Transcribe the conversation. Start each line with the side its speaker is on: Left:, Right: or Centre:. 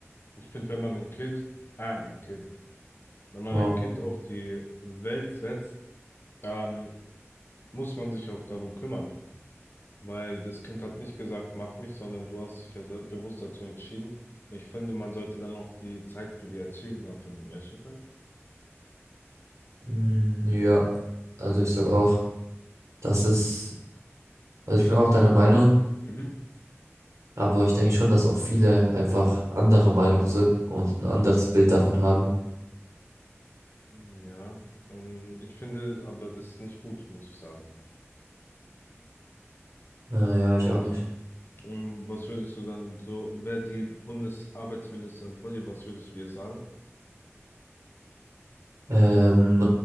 Left: Ich finde, wenn man ein Kind, äh, ein Kind, wenn man
Right: Wow.
Left: ein Kind auf die Welt setzt, dann muss man sich auch darum kümmern, weil das Kind hat nicht gesagt, mach mich, sondern du hast dich ja da, bewusst dazu entschieden. Und ich finde, man sollte dann auch die Zeit für die Erziehung da finden, weißt du, wie ich meine?
Right: Mm, Ja, also ich sag auch, dass es, also ich bin auch deiner Meinung,
Left: Mhm.
Right: aber ich denke schon, dass auch viele einfach anderer Meinung sind und ein anderes Bild davon haben.
Left: Ja, ähm, ich finde aber das ist nicht gut, muss ich sagen.
Right: Äh, ja, ich auch nicht.
Left: Ähm, was würdest du dann so, wäre die Bundesarbeitsministerin vor dir, was würdest du ihr sagen?
Right: Ähm,